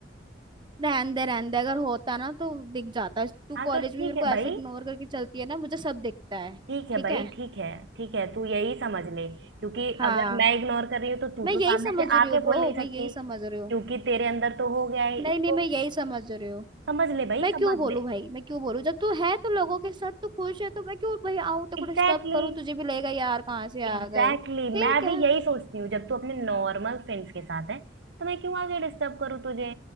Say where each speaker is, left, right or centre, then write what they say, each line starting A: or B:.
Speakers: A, on the right (about 25°); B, on the right (about 70°).
A: रहन दे रहन दे अगर होता ना तो दिख जाता तू
B: हाँ
A: कॉलेज
B: तो ठीक
A: में मेरे
B: है
A: को ऐसे
B: भाई
A: इग्नोर करके चलती है ना मुझे सब दिखता है
B: ठीक है
A: ठीक
B: भाई
A: है
B: ठीक है ठीक है तू यही समझ ले क्योंकि
A: हाँ
B: अगर मैं इग्नोर कर रही हूँ तो तू
A: मैं
B: तो
A: यही
B: सामने
A: समझ
B: से
A: रही
B: आके
A: हूँ ब्रो
B: बोल नहीं
A: मैं
B: सकती
A: यही समझ रही हूँ
B: क्योंकि तेरे अंदर तो हो गया है
A: नहीं
B: ईगो
A: नहीं मैं यही समझ रही हूँ
B: समझ ले भाई
A: मैं
B: समझ
A: क्यों बोलूं
B: ले
A: भाई मैं क्यों बोलूं जब तू है तो लोगों के साथ तो खुश है तो मैं क्यों भाई आऊं तेरे को
B: Exactly
A: डिस्टर्ब
B: exactly,
A: करूं तुझे भी लगेगा यार कहाँ से
B: exactly
A: आ गए ठीक
B: exactly. मैं
A: है
B: भी यही सोचती हूँ जब तू अपने नॉर्मल फ्रेंड्स के साथ है तो मैं क्यों आगे डिस्टर्ब करूँ तुझे